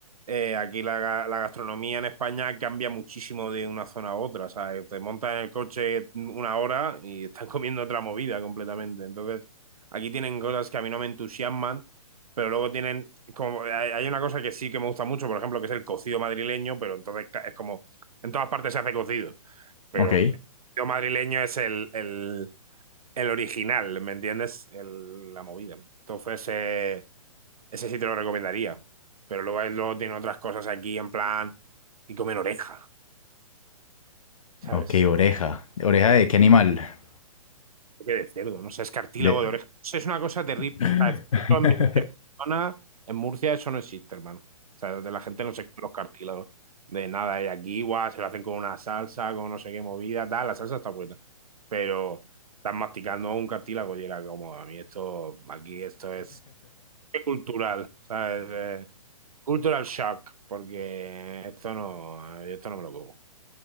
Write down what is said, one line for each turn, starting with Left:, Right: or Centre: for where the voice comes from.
Right: eh, aquí la, ga- la gastronomía en España cambia muchísimo de una zona a otra, o sea, te montas en el coche una hora y están <laughs> comiendo otra movida completamente, entonces aquí tienen cosas que a mí no me entusiasman, pero luego tienen, como, hay, hay una cosa que sí que me gusta mucho, por ejemplo, que es el cocido madrileño, pero entonces ca- es como, en todas partes se hace cocido, pero
Left: Ok,
Right: el cocido madrileño es el... el el original, ¿me entiendes? El- la movida. Entonces, eh, ese sí te lo recomendaría. Pero luego, él luego tiene otras cosas aquí en plan y comen oreja, ¿sabes?
Left: ok, oreja. ¿Oreja de qué animal?
Right: Creo que de cerdo, no sé, es cartílago
Left: De...
Right: de oreja. Eso es una cosa terrible.
Left: <laughs>
Right: O sea, Esto en mi, en mi zona, en Murcia, eso no existe, hermano. O sea, de la gente no se come los cartílagos de nada. Y aquí, igual, se lo hacen con una salsa, con no sé qué movida, tal. La salsa está buena. Pero estás masticando un cartílago y era como, a mí esto, aquí esto es cultural, ¿sabes? Eh, cultural shock, porque esto no, esto no me lo como.